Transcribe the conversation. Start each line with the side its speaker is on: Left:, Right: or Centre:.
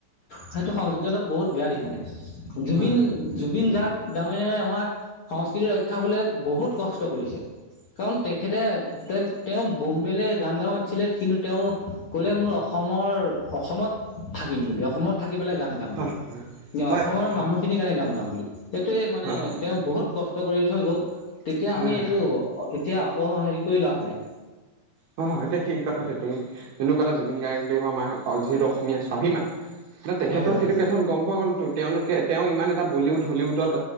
Left: সেইটো সংস্কৃতি এটা বহুত বেয়া দিশ মানে জুবিন
Right: হয় হয়
Left: জুবিন যাক ডাঙৰীয়াই আমাৰ সংস্কৃতি ৰক্ষাবলে বহুত কষ্ট কৰিছে। কাৰণ তেখেতে তেওঁ তেওঁ বোম্বেলে গান গাৱ মাত- ছিলে কিন্তু তেওঁ ক'লে মোৰ অসমৰ অসমত থাকিম বুলি অসমত কি পেলাই গান গাম
Right: হয়
Left: বুলি এ
Right: হয়
Left: অসমৰ
Right: হয় হয়
Left: মানুহখিনিৰ কাৰণে গান গাম বুলি সেইটোৱে মানে
Right: হয় হয় হয় হয় হয়
Left: তেওঁ বহুত কষ্ট কৰি থৈ গ'ল। তেতিয়া
Right: হয়
Left: আমি
Right: হয়
Left: এইটো
Right: হয় হয়
Left: এতিয়া অপ হেৰি কৰি লাভ নাই
Right: হয় হয় এতিয়া সেই কথাটো তুমি যোনটো ক'লা জুবিন গাৰ্গদেৱৰ আমাৰ যিহেতু অসমীয়া স্বাভিমান মানে তেখেতৰ
Left: হয়
Right: সেইটো কথা গম পোৱা গ'ল তেওঁলোকে তেওঁ ইমান এটা বলিউড হলিউডত